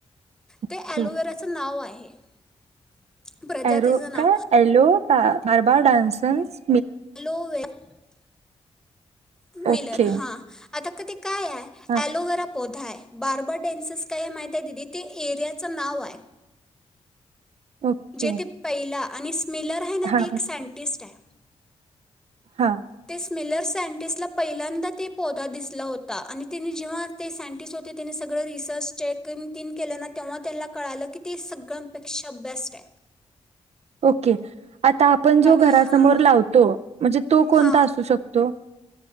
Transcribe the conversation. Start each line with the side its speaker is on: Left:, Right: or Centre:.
Centre: ते
Right: ओके
Centre: एलोवेराचं नाव आय. <unintelligible>
Right: एरो..
Centre: नाव
Right: काय एलो? बार्बा डान्सस
Centre: हॅलो.. हे <unintelligible> मिलर.
Right: ओके
Centre: हां आता कधी काय आय
Right: हा
Centre: एलोवेरा बार्बर डन्सेस काय माहितीये दिदी? तिथ त्या एरियाचं नाव आहे.
Right: ओके
Centre: जेते पैला आणि मिलर आहे ना..
Right: हा
Centre: ते एक सायंटिस्ट आहे.
Right: हा.
Centre: ते स्मिलर सायंटिस्टला पहिल्यांदा ते पौधा दिसला होता. आणि त्याने जेव्हा ते सायंटिस्ट होते. -त्याने सगळं रिसर्च चेक तिने केलं ना.. तेव्हा त्यांना कळालं की ते सगळ्यांपेक्षा बेस्ट ये.
Right: ओक <unintelligible> ओके.. आता आपण जो
Centre: हां
Right: घरासमोर लावतो. म्हणजे तो कोणता
Centre: हां
Right: असू शकतो.